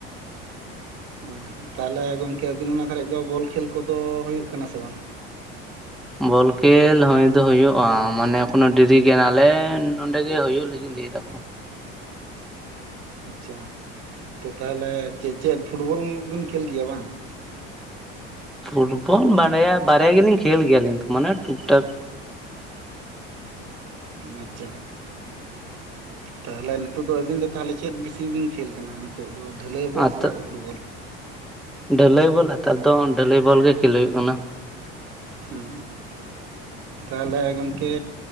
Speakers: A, on the right; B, in the centre.
A: ᱦᱩᱸ। ᱛᱟᱞᱦᱮ ᱜᱚᱢᱠᱮ ᱟᱹᱵᱤᱱ ᱚᱱᱟ ᱫᱷᱟᱨᱮᱡ ᱫᱚ ᱵᱚᱞ ᱠᱷᱮᱞ ᱠᱚᱫᱚ ᱦᱩᱭᱩᱜ ᱠᱟᱱᱟ ᱥᱮ ᱵᱟᱝ?
B: ᱵᱚᱞ ᱠᱷᱮᱞ ᱦᱳᱭ ᱫᱚ ᱦᱳᱭᱳᱜᱼᱟ ᱢᱟᱱᱮ ᱮᱠᱷᱚᱱᱚ ᱰᱮᱨᱤ ᱜᱮᱭᱟ ᱟᱞᱮ ᱱᱚᱸᱰᱮ ᱜᱮ ᱦᱳᱭᱳᱜ ᱞᱟᱹᱜᱤᱫ ᱞᱮᱭ ᱫᱟᱠᱚ
A: ᱟᱪᱪᱷᱟ ᱛᱚ ᱛᱟᱞᱦᱮ ᱪᱮᱜ ᱪᱮᱜ ᱯᱷᱩᱴᱵᱚᱞ ᱵᱤᱱ ᱠᱷᱮᱞ ᱜᱮᱭᱟ ᱵᱟᱝ?
B: ᱯᱷᱩᱴᱵᱚᱞ ᱵᱟᱲᱭᱟ ᱵᱟᱨᱭᱟ ᱜᱮᱞᱤᱧ ᱠᱷᱮᱞ ᱜᱮᱭᱟ ᱟᱞᱤᱧ ᱫᱚ ᱢᱟᱱᱮ ᱴᱩᱠ ᱴᱟᱠ
A: ᱟᱪᱪᱷᱟ ᱛᱟᱞᱦᱮ ᱱᱤᱛᱚᱜ ᱫᱚ ᱟᱹᱵᱤᱱ ᱫᱚ ᱛᱟᱞᱦᱮ ᱪᱮᱫ ᱵᱤᱥᱤ ᱵᱤᱱ ᱠᱷᱮᱞ ᱠᱟᱱᱟ ᱱᱤᱛᱚᱜ ᱫᱚ ᱰᱷᱟᱹᱞᱟᱹᱭ ᱵᱚᱞ
B: ᱟᱛᱚ
A: ᱥᱮ ᱯᱷᱩᱴᱵᱚᱞ?
B: ᱰᱷᱟᱹᱞᱟᱹᱭ ᱵᱚᱞ ᱱᱮᱛᱟᱨ ᱫᱚ ᱰᱷᱟᱹᱞᱟᱹᱭ ᱵᱚᱞ ᱜᱮ ᱠᱷᱮᱞ ᱦᱩᱭᱩᱜ ᱠᱟᱱᱟ ᱾
A: ᱦᱩᱸ ᱛᱟᱞᱦᱮ ᱜᱚᱝᱠᱮ